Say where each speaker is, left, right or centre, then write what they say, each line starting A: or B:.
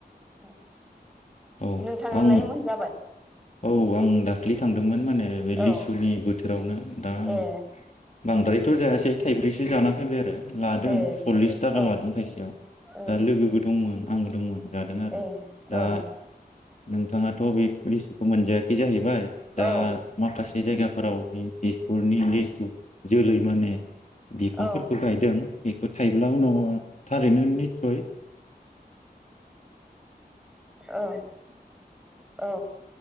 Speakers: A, in the centre; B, on the left (about 45°).
A: औ
B: औ
A: नोंथाङालाय
B: आं
A: मोनजाबाय
B: औ आं दाख्लि थांदोंमोन माने बे लिसुनि
A: औ
B: बोथोरावनो दा आंङो
A: ए
B: बद्रायथ' जायासै थाइब्रैसो जाना फैबाय आरो लादों
A: ए
B: सल्लिस थाखा
A: औ
B: लादों मुथासेयाव
A: औ
B: दा लोगोबो दंमोन आंबोदोंमोन जादों आरो
A: ए
B: दा
A: औ
B: नोंथाङाथ' बे लिसुखौ मोनजाया बे जाहैबाय दा
A: औ
B: माखासे जायगाफोराव बे तेजपुरनि निस्पुत जोलै माने बिफांफोरखौ
A: औ
B: गायदों बेखौ थाइब्ला उनाव थारैनो निस्सय
A: औ औ